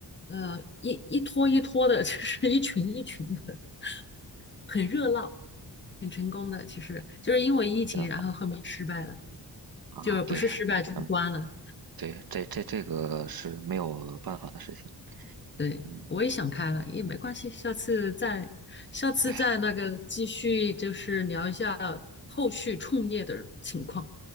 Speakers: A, on the left; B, on the right.
A: 呃，一一拖一拖的，<laughs> 就是一群一群的，很热闹。很成功的，其实就是因为疫情，
B: 真好
A: 然后后面失败了，
B: 啊，
A: 就不是失败就是关了。
B: 对，嗯，对，这这这个是没有办法的事情。
A: 对，
B: 嗯，
A: 我也想开了，
B: 对
A: 也没关系，下次再，下次再那个继续，
B: 对，
A: 就是聊一下后续创业的情况。